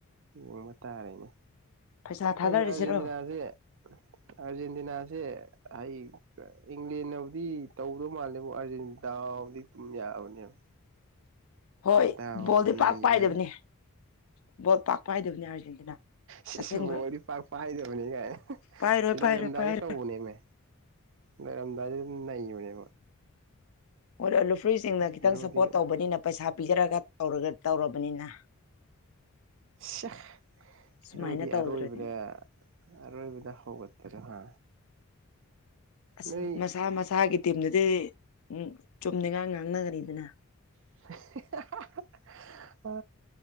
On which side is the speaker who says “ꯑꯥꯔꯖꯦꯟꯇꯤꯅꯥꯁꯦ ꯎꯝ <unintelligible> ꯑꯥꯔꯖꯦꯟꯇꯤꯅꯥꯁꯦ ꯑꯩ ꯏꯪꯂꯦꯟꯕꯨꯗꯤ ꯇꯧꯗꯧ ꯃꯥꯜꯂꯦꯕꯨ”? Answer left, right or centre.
Right